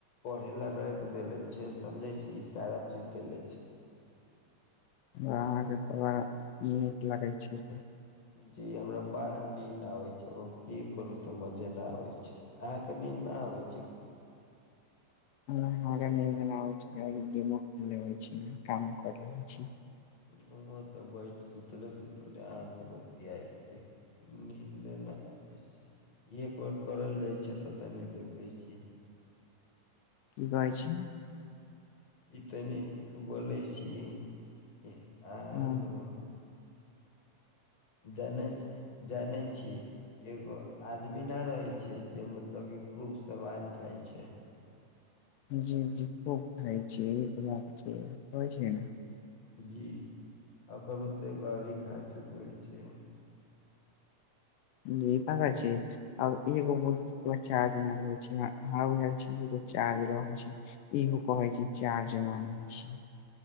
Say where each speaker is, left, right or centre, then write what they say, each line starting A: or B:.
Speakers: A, on the left; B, on the left.
A: पढ़े ला रैक देले छै, समझे छी ई सारा चीज देले छैय।
B: हमरा अहाँके बेहबार नीक लागै छैय तऽ।
A: जी हमरा बाड़ा नीन्द आबै छैय, अब हम की करू समझे ने आबै छैय। अहाँके नींन्द नऽ आबै छैय कि।
B: नै हमरा निन्द नै आबैये त हम गेमो खेलैय छी कामो करें छी।
A: हमउ तऽ बैठ आ सुतले-सुतले अहाँ सँ बतियाई छी। नीन्दे नहि आबै छै, एक बेर करल जाए छै तऽ तनी देखै छी।
B: की कहै छी।
A: ई तनी बोलै छी अहा
B: हां
A: नु जानै छ जानैय छी। एगो आदमी न रहे छै जे मतलब की खूब समान खाय छैय।
B: जी-जी खूब खाय छै ईहे त बात छै होए छै न।
A: जी ओकर मतलब एगो अरी ई खासियत होए छै।
B: दीपक
A: ओ
B: छी। आब एगो मोबाइल चार्ज नहि रहे छै हमरा बुझाय छै, एगो चार्ज रहै छै। इहो कहै छी चार्ज न होए छै।